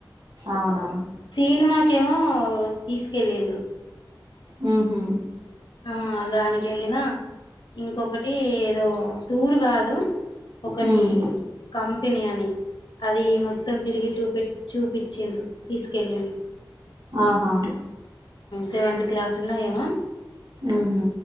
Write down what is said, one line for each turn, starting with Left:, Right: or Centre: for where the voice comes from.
Right: అవునా
Left: సినిమా కెమో తీసుకెళ్ళిండ్రు
Right: హుహు
Left: ఆ దానికి వెళ్ళిన ఇంకొకటి ఏదో టూర్ కాదు ఒకటి
Right: ఉమ్
Left: కంపెనీ అని అది మొత్తం తిరిగి చ చూపిచ్చిండ్రు తీసుకెళ్ళండ్రు
Right: ఆహా
Left: సెవెంత్ క్లాసులో ఏమో
Right: ఉహు